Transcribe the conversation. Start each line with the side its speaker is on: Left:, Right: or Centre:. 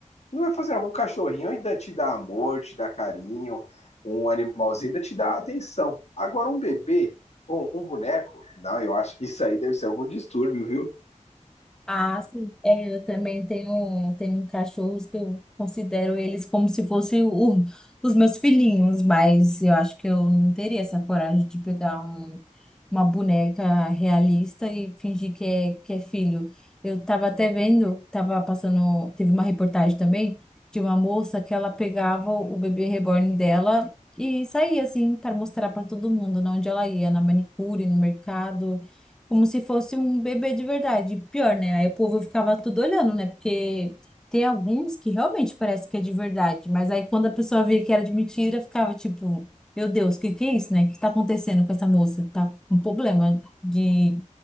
Left: não vai fazer algum cachorrinho ainda te dá amor, te dá carinho, um animalzinho ainda te dá atenção. Agora um bebê ou um boneco, não, eu acho que isso aí deve ser algum distúrbio, viu?
Centre: Ah, sim. É, eu também tenho, tenho cachorros que eu considero eles como se fossem o- os meus filhinhos, mas eu acho que eu não teria essa coragem de pegar um- uma boneca realista e fingir que é, que é filho. Eu tava até vendo, tava passando, teve uma reportagem também de uma moça que ela pegava o bebê reborn dela e saía assim para mostrar para todo mundo, né, onde ela ia, na manicure, no mercado como se fosse um bebê de verdade. Pior, né? Aí o povo ficava tudo olhando, né? Porque tem alguns que realmente parece que é de verdade, mas aí quando a pessoa via que era de mentira, ficava tipo, meu Deus, o que que é isso, né? O que tá acontecendo com essa moça? Tá com um problema de